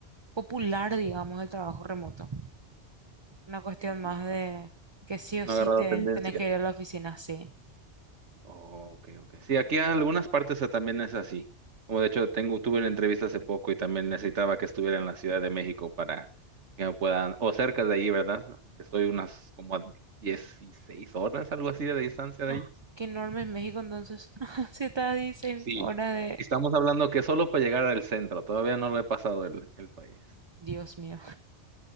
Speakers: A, on the right; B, on the right.
A: popular, digamos, el trabajo remoto. Una cuestión
B: Entiendo.
A: más de que sí o
B: No
A: sí
B: he agarrado
A: te
B: tendencia.
A: tenés que ir a la oficina, sí.
B: Oh, ok, ok. Sí, aquí en algunas partes eh, también es así. Como de hecho, tengo, tuve una entrevista hace poco y también necesitaba que estuviera en la Ciudad de México para que me puedan, o cerca de ahí, ¿verdad? Que Estoy unas como a 16 horas, algo así de distancia de
A: ¡Ah!
B: ellos.
A: Qué enorme es México entonces. <laughs> Se está a 16
B: Sí.
A: horas de...
B: Estamos hablando que solo para llegar al centro, todavía no lo he pasado el, el país.
A: Dios mío.